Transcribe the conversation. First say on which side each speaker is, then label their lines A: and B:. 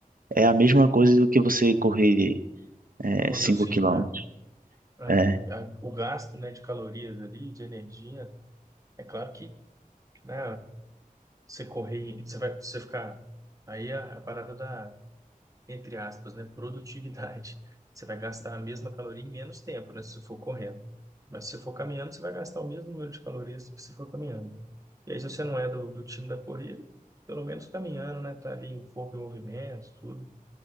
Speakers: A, on the right (about 70°); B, on the right (about 20°).
A: é a mesma coisa do que você correr É,
B: Correu
A: 5
B: cinco,
A: quilômetros.
B: né? É,
A: É,
B: a- o gasto, né, de calorias ali, de energia, é claro que, né, você correr, você vai, você ficar, aí a, a parada da entre aspas, né, produtividade. <laughs> Você vai gastar a mesma caloria em menos tempo, né, se você for correndo. Mas se você for caminhando, você vai gastar o mesmo número de calorias que se for caminhando. E aí, se você não é do, do time da corrida, pelo menos caminhando, né, tá ali o corpo em movimento, tudo.